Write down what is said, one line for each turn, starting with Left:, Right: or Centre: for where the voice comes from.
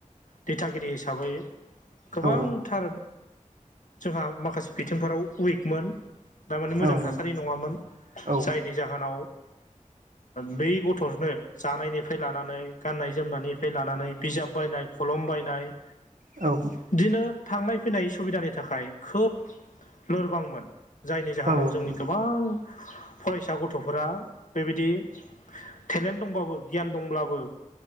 Left: दिथागिरि हिसाबै गोबांथार
Right: औ
Left: जोंहा माखासे बिथिंफोराव उइकमोन। दा माने मोजां
Right: औ
Left: थासारि
Right: नंगौ
Left: नङामोन।
Right: औ
Left: जायनि जाहोनाव बै गथ'नो जानायनिफ्राय लानानै गाननाय-जोमनायनिफ्राय लानानै बिजाब बायनाय खलम बायनाय
Right: औ
Left: इदिनो थांनाय फैनाय सुबिदानि थाखाय खोब लोरबांमोन। जायनि जाहोनाव
Right: औ
Left: जोंनि
Right: नोंथां
Left: गोबां फरायसा गथ'फोरा बेबायदि टेलेन्ट दंबाबो गियान दंब्लाबो